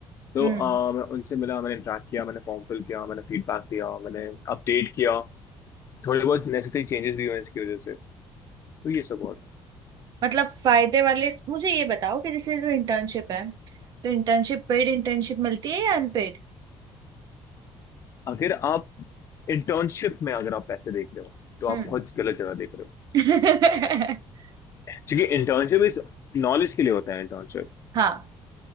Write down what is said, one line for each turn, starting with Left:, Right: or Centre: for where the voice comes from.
Left: तो
Right: हम्म
Left: अ, मैं उनसे मिला मैंने इंटरेक्ट किया मैंने फॉर्म फिल किया मैंने फीडबैक दिया मैंने अपडेट किया थोड़े बहुत नेसेसरी चेंजेस भी हुए इसकी वजह से तो ये सब हुआ था
Right: मतलब फायदे वाले मुझे ये बताओ कि जैसे जो इंटर्नशिप है तो इंटर्नशिप पेड इंटर्नशिप मिलती है या अनपेड
Left: अगर आप इंटर्नशिप में अगर आप पैसे देख रहे हो तो आप
Right: हम्म
Left: बहुत गलत जगह देख रहे हो
Right: <laughs>
Left: क्योंकि इंटर्नशिप इस नॉलेज के लिए होता है इंटर्नशिप
Right: हाँ